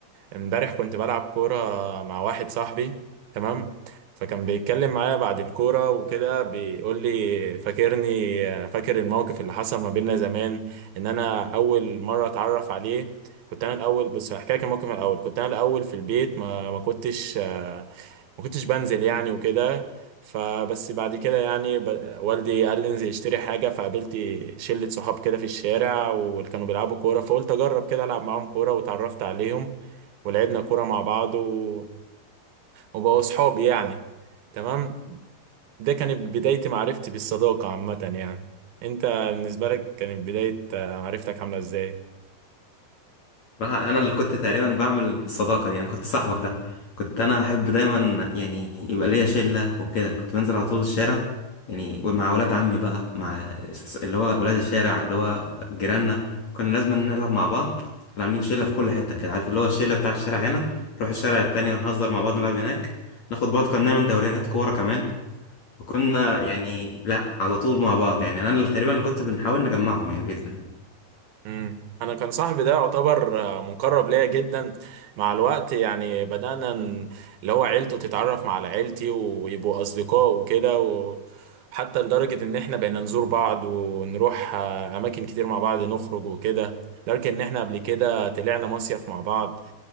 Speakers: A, on the right; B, on the left.
A: امبارح كنت بلعب كورة مع واحد صاحبي تمام فكان بيتكلم معايا بعد الكورة وكده بيقول لي فاكرني فاكر الموقف اللي حصل ما بيننا زمان ان انا اول مرة اتعرف عليه كنت انا الاول بص هحكي لك الموقف من الاول كنت انا الاول في البيت ما ما كنتش آه، ما كنتش بنزل يعني وكده فبس بعد كده يعني ب... والدي قال لي انزل اشتري حاجة فقابلت شلة صحاب كده في الشارع واللي كانوا بيلعبوا كورة فقلت اجرب كده العب معاهم كورة واتعرفت عليهم ولعبنا كورة مع بعض و... وبقوا صحابي يعني تمام ده كانت بداية معرفتي بالصداقة عامة يعني انت بالنسبة لك كانت بداية آه، معرفتك عاملة ازاي؟
B: بقى انا اللي كنت تقريبا بعمل الصداقه دي يعني كنت صاحبك ده كنت انا احب دايما يعني يبقى ليا شله وكده كنت بنزل على طول الشارع يعني مع ولاد عمي بقى مع اللي هو ولاد الشارع اللي هو جيراننا كنا لازم نلعب مع بعض كنا عاملين شله في كل حته كده عارف اللي هو الشله بتاع الشارع هنا نروح الشارع التاني ونهزر مع بعض نلعب هناك ناخد بعض كنا بنعمل دوريات كوره كمان كنا يعني لا على طول مع بعض يعني انا اللي تقريبا اللي كنت بنحاول نجمعهم يعني باذن الله
A: مم. انا كان صاحبي ده يعتبر آه، مقرب ليا جدا مع الوقت يعني بدأنا ن- اللي هو عيلته تتعرف مع على عيلتي ويبقوا اصدقاء وكده و... حتى لدرجة إن إحنا بقينا نزور بعض ونروح آه، أماكن كتير مع بعض نخرج وكده لدرجة إن إحنا قبل كده طلعنا مصيف مع بعض